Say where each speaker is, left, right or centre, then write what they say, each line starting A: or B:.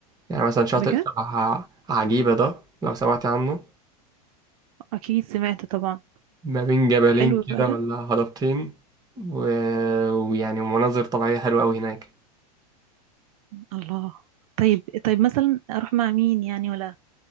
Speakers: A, on the right (about 20°); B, on the right (about 65°).
A: يعني مثلا شاطئ
B: بجد
A: شبه ع- عجيبة ده لو سمعت عنه
B: اكيد سمعت طبعا
A: ما بين جبلين
B: حلو
A: كده
B: بقى ده
A: ولا هضبتين و... ويعني مناظر طبيعية حلوة أوي هناك
B: الله طيب طيب مثلا اروح مع مين يعني ولا